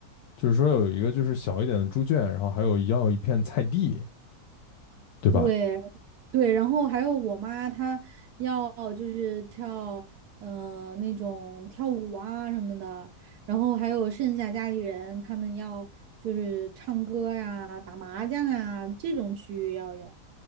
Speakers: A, on the left (about 75°); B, on the right (about 75°).
A: 就是说有一个就是小一点的猪圈，然后还有要一片菜地，对吧？
B: 对对，然后还有我妈她要就是跳嗯、呃那种跳舞啊什么的，然后还有剩下家里人他们要就是唱歌呀、打麻将啊这种区域要有。